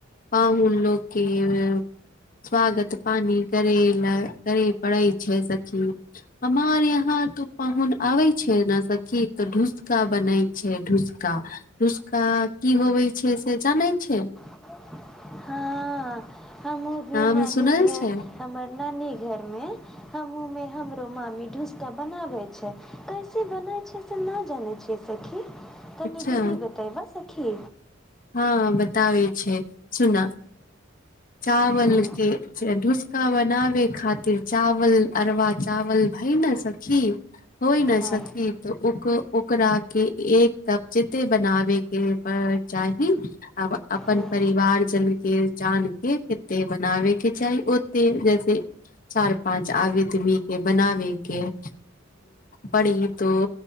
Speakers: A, on the left; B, in the centre.
A: पाहुन लोक केँ स्वागत पानी करे लऽ करे पड़ै छै सखी हमार यहाँ तू पाहुन आबै छै एना सखीत तऽ ढूसका बनाै छै ढूसका ढूसका की होबै छै से जानै छै
B: <unintelligible> हम भी
A: नाम
B: नानी
A: सुनल
B: घर
A: छै
B: हमर नानी घर में हमहु में हमरो मामी ढूसका बनाबै छै कैसे बनै छै से नै जानै छियऐ सखी तनी
A: अच्छा
B: बिधि बतैबै सखी
A: हँ बताबै छै सुन <inaudible> चावल
B: हुं,
A: केँ ढुस का बनाबे खातिर चावल अरबा चावल भय न सखी होई न
B: हँ,
A: सखी तऽ ओ ओकरा के एक कप जते बनाबे केँ है चाही आ अपन
B: हँ,
A: परिवार जन केँ जान केँ कते बनाबे केँ चाही ओते जैसे चार पाँच आबितमी केँ बनाबे केँ पड़ी तो